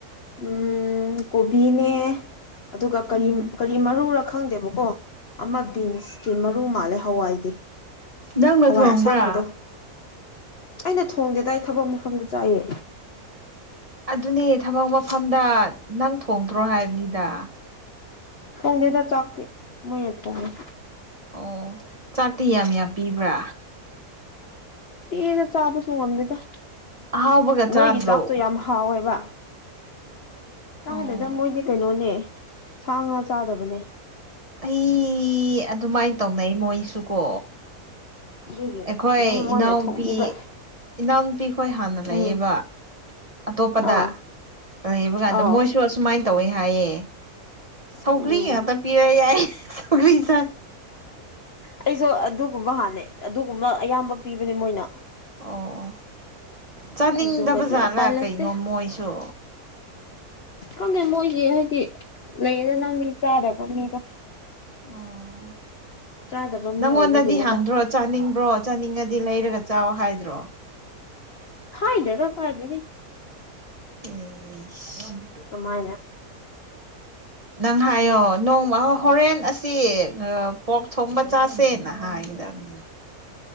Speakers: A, on the left; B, on the right.
A: ꯎꯝ ꯀꯣꯕꯤꯅꯦ ꯑꯗꯨꯒ ꯀꯔꯤ
B: ꯎꯝ
A: ꯀꯔꯤ ꯃꯔꯨꯔ ꯈꯪꯗꯦꯕꯀꯣ ꯑꯃ ꯕꯤꯟꯁꯀꯤ ꯃꯔꯨ ꯃꯥꯜꯂꯦ ꯍꯋꯥꯏꯒꯤ
B: ꯅꯪꯅ
A: ꯍꯋꯥꯏ
B: ꯊꯣꯡꯕ꯭ꯔꯥ
A: ꯑꯁꯥꯡꯕꯗꯣ ꯑꯩꯅ ꯊꯣꯡꯗꯦꯗ ꯑꯩ ꯊꯕꯛ ꯃꯐꯝꯗ ꯆꯥꯏꯌꯦ
B: ꯑꯗꯨꯅꯦ ꯊꯕꯛ ꯃꯐꯝꯗ ꯅꯪ ꯊꯣꯡꯗ꯭ꯔꯣ ꯍꯥꯏꯕꯅꯤꯗ
A: ꯊꯣꯡꯗꯦꯗ ꯆꯥꯛꯇꯤ ꯃꯣꯏꯅ ꯊꯣꯡꯉꯤ
B: ꯑꯣ ꯆꯥꯛꯇꯤ ꯌꯥꯝ ꯌꯥꯝ ꯄꯤꯕ꯭ꯔꯥ
A: ꯏꯗ ꯆꯥꯕꯁꯨ ꯉꯝꯗꯦꯗ
B: ꯑꯍꯥꯎꯕꯒ
A: ꯃꯣꯏꯒꯤ
B: ꯆꯥꯗ꯭ꯔꯣ
A: ꯆꯥꯛꯇꯨ ꯌꯥꯝ ꯍꯥꯎꯋꯦꯕ ꯆꯥꯗꯦꯗ
B: ꯑꯣ
A: ꯃꯣꯏꯗꯤ ꯀꯩꯅꯣꯅꯦ ꯁꯥ ꯉꯥ ꯆꯥꯗꯕꯅꯦ
B: ꯑꯩ ꯑꯗꯨꯃꯥꯏꯅ ꯇꯧꯅꯩ ꯃꯣꯏꯁꯨ ꯀꯣ
A: ꯑꯗꯨꯒꯤ
B: ꯑꯩꯈꯣꯏ
A: ꯑꯗꯨꯝ ꯃꯣꯏꯅ
B: ꯏꯅꯥꯎꯄꯤ
A: ꯊꯣꯡꯕꯤꯕ
B: ꯏꯅꯥꯎꯅꯨꯄꯤ ꯈꯣꯏ ꯍꯥꯟꯅ
A: ꯎꯝ
B: ꯂꯩꯌꯦꯕ ꯑꯇꯣꯞꯄꯗ
A: ꯑꯥ
B: ꯂꯩꯕ ꯀꯥꯟꯗ
A: ꯑꯥꯎ
B: ꯃꯣꯏꯁꯨ ꯑꯁꯨꯃꯥꯏꯅ ꯇꯧꯋꯦ ꯍꯥꯏꯌꯦ ꯁꯧꯒ꯭ꯔꯤ
A: ꯎꯝ
B: ꯉꯥꯛꯇ ꯄꯤꯔꯛꯑꯦ ꯍꯥꯌꯦ ꯁꯧꯒ꯭ꯔꯤ ꯆꯥꯏ
A: ꯑꯩꯁꯨ ꯑꯗꯨꯒꯨꯝꯕ ꯍꯥꯟꯅꯩ ꯑꯗꯨꯒꯨꯝꯕ ꯑꯌꯥꯝꯕ ꯄꯤꯕꯅꯦ ꯃꯣꯏꯅ
B: ꯑꯣ ꯆꯥꯅꯤꯡꯗꯕꯖꯥꯠꯂꯥ
A: ꯑꯗꯨꯒꯗꯤ ꯎꯄꯥꯏ ꯂꯩꯇꯦ
B: ꯀꯩꯅꯣ ꯃꯣꯏꯁꯨ
A: ꯈꯪꯗꯦ ꯃꯣꯏꯒꯤ ꯍꯥꯏꯗꯤ ꯂꯩꯗꯅ ꯃꯤ ꯆꯥꯗꯕ ꯃꯤꯗꯣ
B: ꯑꯣ
A: ꯆꯥꯗꯕ ꯃꯤ
B: ꯅꯪꯉꯣꯟꯗꯗꯤ
A: ꯑꯣꯏꯕꯒꯤꯅꯦꯗ
B: ꯍꯪꯗ꯭ꯔꯣ ꯆꯥꯅꯤꯡꯕ꯭ꯔꯣ ꯆꯥꯅꯤꯡꯉꯗꯤ ꯂꯩꯔꯒ ꯆꯥꯎ ꯍꯥꯏꯗ꯭ꯔꯣ
A: ꯍꯥꯏꯗꯒ ꯀꯥꯏꯗꯒꯤ
B: ꯎꯟ
A: ꯁꯨꯃꯥꯏꯅ
B: ꯅꯪ ꯍꯥꯏꯌꯣ ꯅꯣꯡꯃ ꯍꯣꯔꯦꯟ ꯑꯁꯤ ꯄꯣꯛ ꯊꯣꯡꯕ ꯆꯥꯁꯦꯅ ꯍꯥꯏꯒꯗꯕꯅꯤꯅ